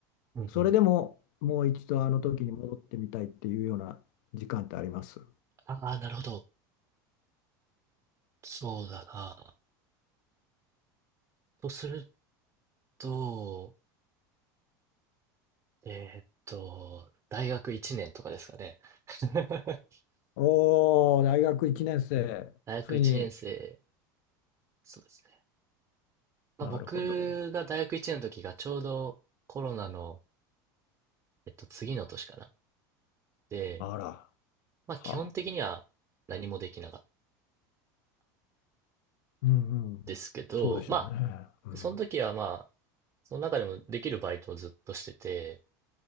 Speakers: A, on the right; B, on the left.
A: うんうん。
B: それでももう一度あの時に戻ってみたいっていうような時間ってあります。
A: ああ、なるほど。そうだな。とすると、えーっと、大学1年とかですかね。<laughs>
B: おおー、大学1年生、
A: 大学1年生、
B: ついに。
A: そうですね。まあ僕が大学1年の時がちょうどコロナの、
B: なるほど。
A: えっと、次の年かな。で、
B: あら、
A: まあ基本的には何もできなかった
B: はあ。うんうん。
A: ですけど、
B: そうでしょうね。
A: まあ、
B: うん。
A: その時はまあ、その中でもできるバイトをずっとしてて、